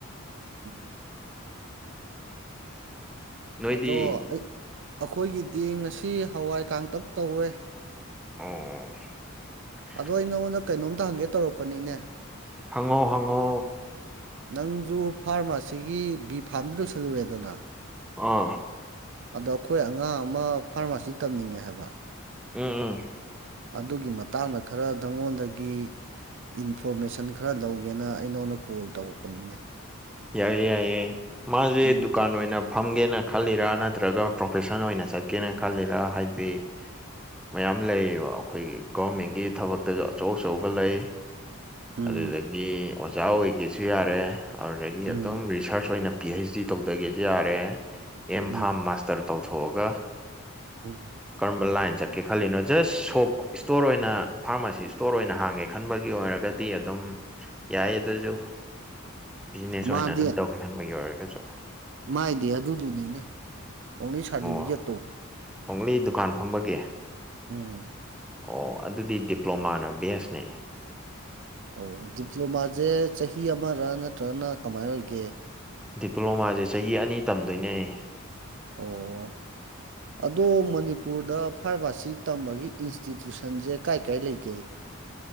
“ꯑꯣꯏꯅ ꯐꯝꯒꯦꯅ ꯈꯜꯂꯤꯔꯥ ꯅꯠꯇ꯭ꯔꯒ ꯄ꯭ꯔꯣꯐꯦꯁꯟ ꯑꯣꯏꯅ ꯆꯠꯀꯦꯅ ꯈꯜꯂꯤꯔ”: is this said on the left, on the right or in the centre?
Centre